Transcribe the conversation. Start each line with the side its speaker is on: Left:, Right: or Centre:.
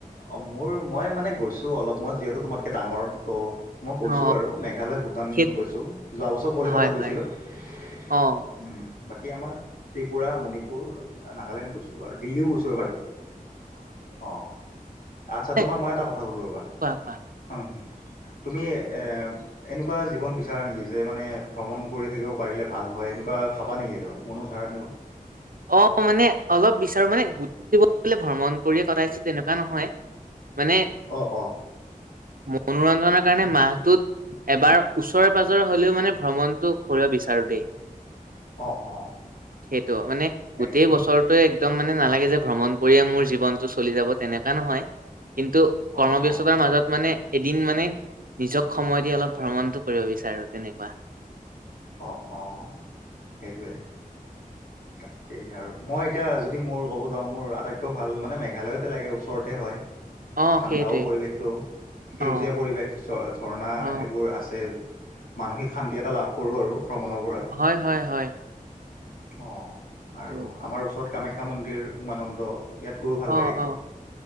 Left: অ', মোৰ মই মানে গৈছো অলপ, মই যিহেতু তোমাতকে ডাঙৰ ত মই গৈছোঁ
Right: অ
Left: বাৰু মেঘালয়, ভূটান
Right: সেই
Left: গৈছোঁ, যোৱা বছৰ কলিকতাত
Right: হয়
Left: গৈছিলোঁ।
Right: হয়
Left: উম
Right: অ
Left: বাকী আমাৰ ত্ৰিপুৰা, মণিপুৰ, নাগালেণ্ড গৈছোঁ আৰু দিল্লীও গৈছোঁ এবাৰ। অ', আচ্ছা তোমাক
Right: এ
Left: মই এটা কথা সুধোঁ ৰবা
Right: কোৱা কোৱা
Left: হা হা তুমি, এ এনেকুৱা জীৱন বিচৰা নেকি, যে মানে ভ্ৰমণ কৰি থাকিব পাৰিলে ভাল হয় এনেকুৱা ভাবা নেকি কেতিয়াবা, মনত ধাৰা এনেকুৱা।
Right: অ', মানে অলপ বিচাৰো মানে, গোটেই বছৰ ভ্ৰমণ কৰিয়েই কটাইছো তেনেকুৱা নহয় মানে।
Left: অ অ
Right: মনোৰঞ্জনৰ কাৰণে মাহটোত এবাৰ ওচৰে পাজৰে হলেও মানে ভ্ৰমণটো কৰিব বিচাৰো দেই।
Left: অ অ
Right: সেইটো মানে গোটেই
Left: এক
Right: বছৰটোৱে একদম মানে নালাগে যে ভ্ৰমণ কৰিয়ে মোৰ জীৱনটো চলি যাব তেনেকুৱা নহয়। কিন্তু
Left: অ',
Right: কৰ্মব্যস্ততাৰ
Left: অ',
Right: মাজত মানে এদিন মানে নিজক সময় দি অলপ ভ্ৰমণটো কৰিব বিচাৰো তেনেকুৱা।
Left: অ' অ', সেইটোৱে তাকেই আৰু মই এতিয়া যদ যদি মোৰ ক'ব যাওঁ, মোৰ আটাইতকৈ ভাল মানে মেঘালয়তে লাগে ওচৰতে হয়।
Right: অ
Left: ঠাণ্ডাও
Right: সেইটোৱে
Left: পৰিৱেশটো, সেউজীয়া
Right: অ
Left: পৰিৱেশ, ঝ ঝৰ্ণা
Right: অ
Left: এইবোৰ আছে। মানসিক শান্তি এটা লাভ কৰো আৰু ভ্ৰমণৰ পৰা।
Right: হয় হয় হয়।
Left: অ',
Right: সেইটো
Left: আৰু আমাৰ ওচৰত কামাখ্যা মন্দিৰ, উমানন্দ ইয়াত গৈও ভাল
Right: অ
Left: লাগে,
Right: অ